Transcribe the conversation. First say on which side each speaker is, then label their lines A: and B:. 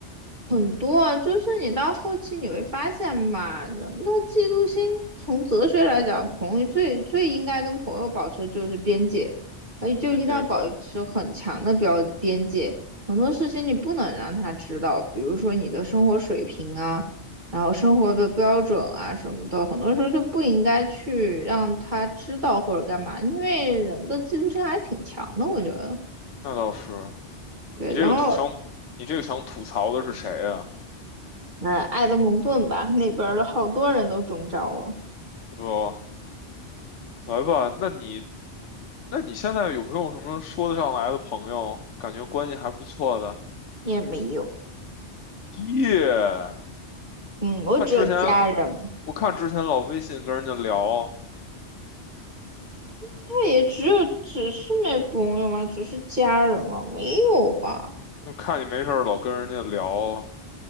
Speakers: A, on the right (about 40°); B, on the left (about 80°).
A: 很多啊，就是你到后期你会发现吧，人的嫉妒心从哲学来讲，朋友最最应该跟朋友保持就是边界，而且就一定要保持很强的标边界，
B: 跟这个
A: 很多事情你不能让他知道，比如说你的生活水平啊，然后生活的标准啊什么的，很多时候就不应该去让他知道或者干嘛，因为人的嫉妒心还挺强的，我觉得。
B: 那倒是，
A: 对，
B: 你这个吐想，
A: 然后
B: 你这个想吐槽的是谁啊？
A: 嗯，埃德蒙顿吧，那边儿的好多人都中招了，
B: 哥，来吧，那你那你现在有没有什么说得上来的朋友？感觉关系还不错的。
A: 也没有。
B: 耶，
A: 嗯，我只有家人，
B: 我看之前我看之前老微信跟人家聊，
A: 但也只有只是没朋友嘛，只是家人了，没有啊，
B: 就看你没事儿老跟人家聊，